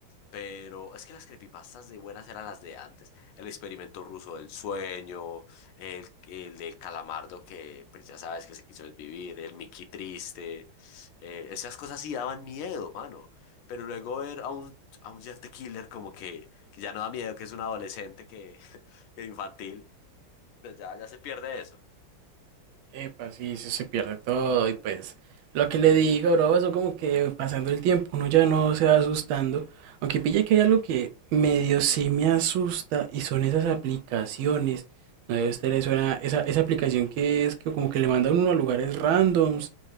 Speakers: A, on the left (about 80°); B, on the right (about 75°).
A: Pero es que las creepypastas de buenas eran las de antes. El experimento ruso del sueño, el, el del calamardo que pues ya sabes que se quiso desvivir, el Mickey triste. eh, esas cosas sí daban miedo, mano. Pero luego ver a un, a un Jeff the Killer como que, que ya no da miedo, que es un adolescente que, <laughs> que infantil. Pero ya, ya se pierde eso.
B: Epa, sí, sí se pierde todo y pues lo que le digo, bro, eso como que pasando el tiempo uno ya no se va asustando, aunque pille que hay algo que medio sí me asusta y son esas aplicaciones, no debe estar eso, esa, esa aplicación que es que como que le mandan uno a lugares randoms